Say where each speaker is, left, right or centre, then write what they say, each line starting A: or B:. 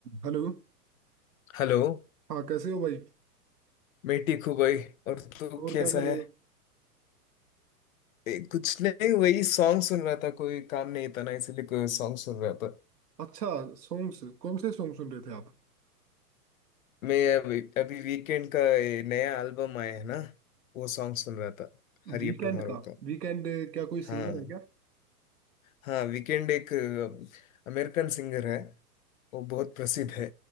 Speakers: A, on the right; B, on the left.
A: Hello
B: Hello
A: हाँ कैसे हो भाई
B: मैं ठीक हूँ भाई और तू
A: और
B: कैसा
A: क्या कर
B: है
A: रहे हो
B: ए, कुछ नहीं वही सॉन्ग सुन रहा था कोई काम नहीं था ना इसलिए कोई सॉन्ग सुन रहा था
A: अच्छा सॉन्ग्स कौन से सॉन्ग सुन रहे थे आप
B: मैं अभी अभी वीकेंड का ये नया एल्बम आया है ना वो सॉन्ग सुन रहा था हरी
A: वीकेंड
B: अप टुमारो
A: का
B: का
A: वीकेंड क्या कोई
B: हाँ
A: सिंगर है क्या
B: हाँ वीकेंड एक अमेरिकन सिंगर है वो बहुत प्रसिद्ध है